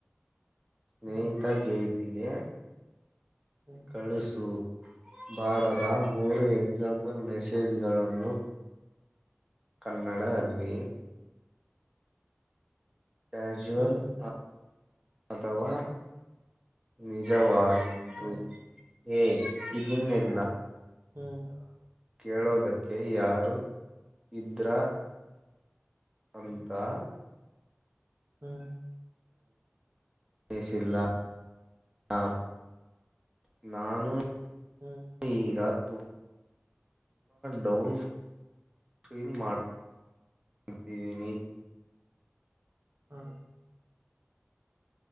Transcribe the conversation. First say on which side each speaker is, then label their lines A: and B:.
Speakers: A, on the right; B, on the right.
A: ಸ್ನೇಹಿತ
B: ಹ್ಮ್
A: ಗೇಯತಿಗೆ
B: ಹ್ಮ್
A: ಕಳುಸು. ಬಾರದ ಮೂರು ಎಕ್ಸಾಂಪಲ್ ಮೆಸೇಜ್ಗಳನ್ನು. ಕನ್ನಡ <unintelligible> ಕ್ಯಝುವಲ್
B: ಹ್ಮ್
A: ಅ ಅಥವಾ. ನಿಜವಾಗಿತ್ತು
B: ಹ್ಮ್
A: ಏ ಇದನ್ನಿಲ್ಲ.
B: ಹ್ಮ.
A: ಕೇಳೋದಕ್ಕೆ ಯಾರು ಇದ್ರಾ. ಅಂತಾ.
B: ಹ್ಮ್.
A: ಅಿಸಿಲ್ಲ ಹ. <inaudible> ನಾನು.
B: ಹ್ಮ.
A: ಈಗ ತುಂಬಾ ಡೌನ್ಸ <unintelligible>
B: ಹಾ.